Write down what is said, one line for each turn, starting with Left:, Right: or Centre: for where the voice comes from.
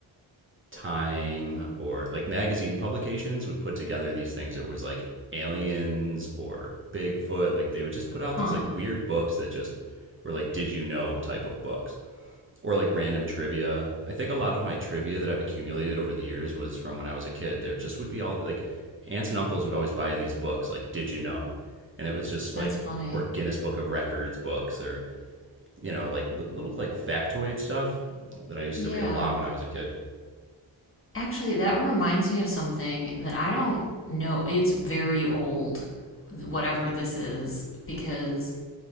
Right: Time or like magazine publications would put together these things that was like aliens or Bigfoot. Like they would just put out
Left: Huh.
Right: these like weird books that just were like did you know type of books or like random trivia. I think a lot of my trivia that I've accumulated over the years was from when I was a kid. There just would be all like aunts and uncles would always buy these books like did you know? And it was just like
Left: That's funny.
Right: or Guinness Book of Records books or you know like little like factoid stuff that I used
Left: Yeah.
Right: to read a lot when I was a kid.
Left: Actually, that reminds me of something that I don't know. It's very old, whatever this is, because